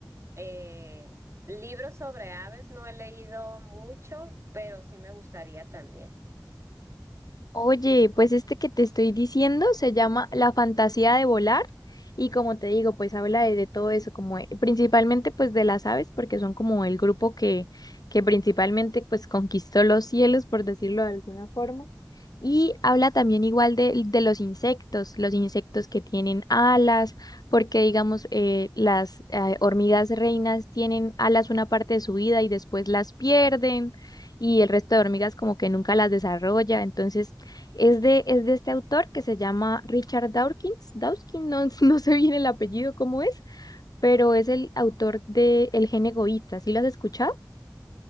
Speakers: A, on the right; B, on the left.
A: Eh, libros sobre aves no he leído mucho, pero sí me gustaría también.
B: Oye, pues este que te estoy diciendo se llama La fantasía de volar y como te digo, pues habla de, de todo eso, como eh, principalmente pues de las aves, porque son como el grupo que, que principalmente pues conquistó los cielos, por decirlo de alguna forma. Y habla también igual de, de los insectos, los insectos que tienen alas, porque digamos eh, las eh, hormigas reinas tienen alas una parte de su vida y después las pierden y el resto de hormigas como que nunca las desarrolla. Entonces es de, es de este autor que se llama Richard Dawkins. Dawkins, no, <laughs> no sé bien el apellido cómo es, pero es el autor de El gen egoísta. ¿Sí lo has escuchado?